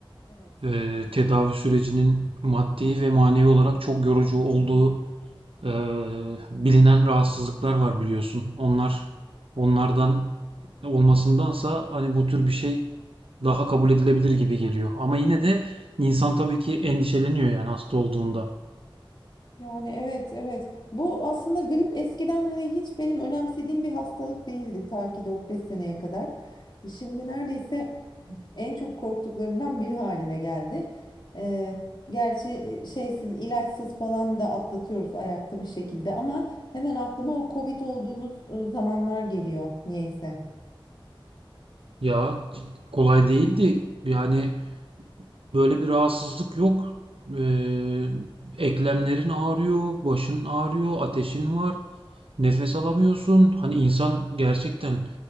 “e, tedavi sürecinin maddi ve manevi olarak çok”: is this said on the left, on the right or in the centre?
Right